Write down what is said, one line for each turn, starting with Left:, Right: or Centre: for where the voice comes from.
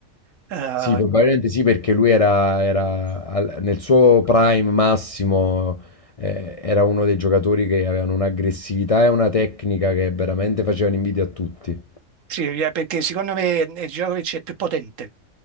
Right: Eh,
Left: Sì, probabilmente sì, perché lui era, era al- nel suo prime massimo, eh, era uno dei giocatori che avevano un'aggressività e una tecnica che veramente facevano invidia a tutti.
Right: sì, eh, perché secondo me eh, Djokovic è più potente,